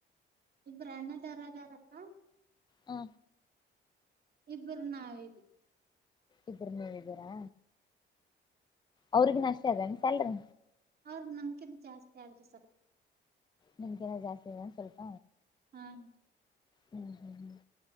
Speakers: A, on the right (about 50°); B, on the left (about 20°).
A: ಇಬ್ರು ಅಣ್ಣದೊರು ಅದರಕ್ಕ.
B: ಹ್ಮ
A: ಇಬ್ರು ನಾವಿದಿವಿ.
B: ಇಬ್ರು ನೀವ್ ಇದೀರಾ. ಅವ್ರಿಗನೂ, ಅಷ್ಟೇ ಅದೇ ಏನೂ ಸ್ಯಾಲ್ರಿ.
A: ಅವ್ರ, ನಮ್ಕಿಂತ ಜಾಸ್ತಿ ಆದ್ರಿ ಸ್ವಲ್ಪು.
B: ನಿಮ್ ಕಿನ ಜಾಸ್ತಿ ಅದೇನ್ ಸ್ವಲ್ಪ.
A: ಹ್ಮ್ ರಿ.
B: ಹ್ಮ್, ಹ್ಮ್, ಹ್ಮ,